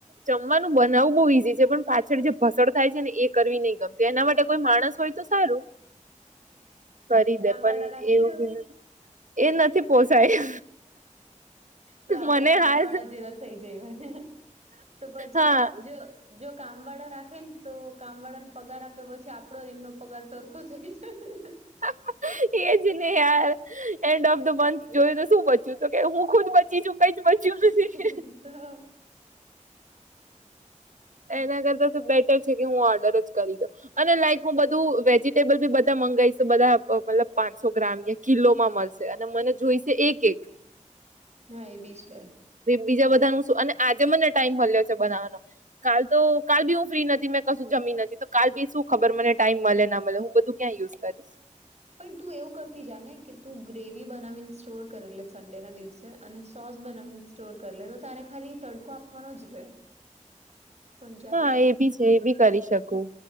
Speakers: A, on the right; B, on the right.
A: જમવાનું બનાવવું બોવ ઈઝી છે. પણ પાછળ જે ભસણ થાય છે ને, એ કરવી નઈ ગમતી એના માટે કોઈ માણસ હોય તો સારું કરી
B: સાંભળા
A: દે પન
B: રાખી
A: એવું
B: લે હવે
A: એ નથી પોસાય
B: તો આપડે
A: મને
B: કામ
A: હાલ
B: વાળા જેવા થઈ જવાય તો પછી,
A: હા
B: જો જો કામ વાળા રાખે ને તો કામ વાળાને પગાર આપે પછી આપડો એમનો પગાર સરખો થઈ જાય.
A: હમ્મ એજ ને યાર એન્ડ ઓફ ધ મંથ જોયું તો શું બચ્યું તો કે હું ખુદ બચી છું, કઈ જ બચ્યું
B: હમ્મ
A: નથી એના કરતા તો બેટર છે, કે હું ઓર્ડર જ કરી દઉ, અને લાઈફમાં બધું વેજીટેબલ બી બધા મંગાયશું બધા મતલબ પાંચસો ગ્રામ- કિલોમાં મળશે અને મને જોઈશે એક એક.
B: હા એ બી છે.
A: બીજા બધા નું શું અને આજે મને ટાઈમ મળ્યો છે. બનાવવાનો કાલ તો કાલ બી હું ફ્રી નથી મેં કશું જમી નથી, તો કાલ બી શું ખબર મને ટાઈમ મલે ના મલે હું બધું ક્યાં યુઝ કરીશ?
B: પણ તું એવું કરતી જા ને કે તું ગ્રેવી બનાવીને સ્ટોર કર સન્ડે ના દિવસે અને સોસ બનાવીને સ્ટોર કરી લે તો તારે ખાલી તડકો આપવાનો જ રે પંજાબી
A: હા, એ બી છે. એ બી કરી શકું